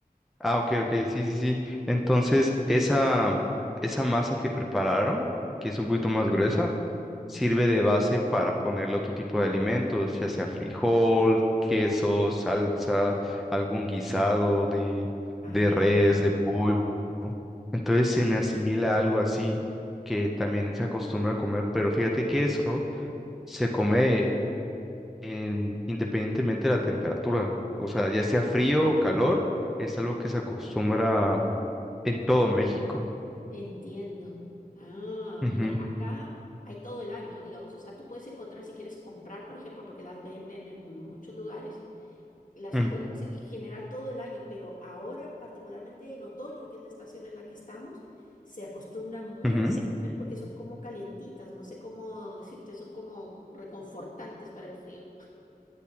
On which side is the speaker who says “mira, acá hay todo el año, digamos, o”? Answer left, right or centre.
Left